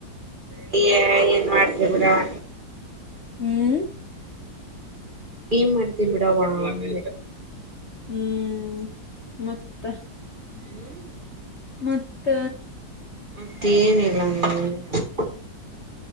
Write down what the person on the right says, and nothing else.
ಹ್ಮ ಏನ್ ಮಾಡ್ತಿ ಬಿಡವಾ
ಏನ್ ಮಾಡ್ತಿ ಬಿಡವ್ವ ಅಂದೆ
ಹ್ಮ್
ಮತ್ತೆೇಏನಿಲ್ಲ ನೀನ್ ಹೇಳಬೇಕು